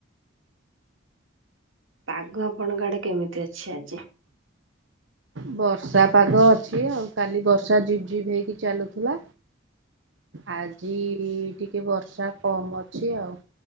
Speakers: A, on the right; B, on the right.
A: ପାଗ ଆପଣଙ୍କ ଆଡେ କେମିତି ଅଛି ଆଜି।
B: ବର୍ଷା ପାଗ ଅଛି ଆଉ କାଲି ବର୍ଷା ଝିପ୍ ଝିପ୍ ହେଇକି ଚାଲୁଥିଲା। ଆଜି ଟିକେ ବର୍ଷା କମ ଅଛି ଆଉ।